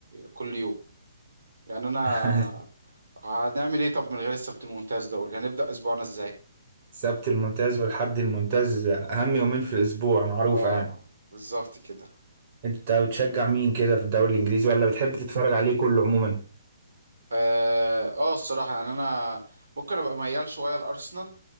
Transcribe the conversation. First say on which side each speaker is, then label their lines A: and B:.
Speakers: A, on the right; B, on the right.
A: كل يوم يعني انا
B: <laughs>
A: هنعمل ايه طب من غير السبت الممتاز ده قول لي هنبدأ اسبوعنا ازاي
B: السبت الممتاز والحد الممتاز اهم يومين في الاسبوع معروفه
A: اه
B: يعني
A: بالظبط كده
B: انت بتشجع مين كده في الدوري الانجليزي ولا بتحب تتفرج عليه كله عموما
A: اه آه، الصراحة يعني انا ممكن ابقى ميال شوية لارسنال